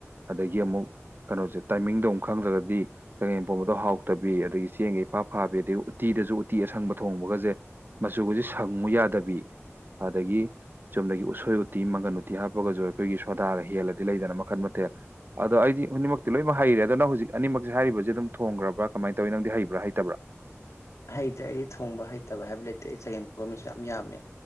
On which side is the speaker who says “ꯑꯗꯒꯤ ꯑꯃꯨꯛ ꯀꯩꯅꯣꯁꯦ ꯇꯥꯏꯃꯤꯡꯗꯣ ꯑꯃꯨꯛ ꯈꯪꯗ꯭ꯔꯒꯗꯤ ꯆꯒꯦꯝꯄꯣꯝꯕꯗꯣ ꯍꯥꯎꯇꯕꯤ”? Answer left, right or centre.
Right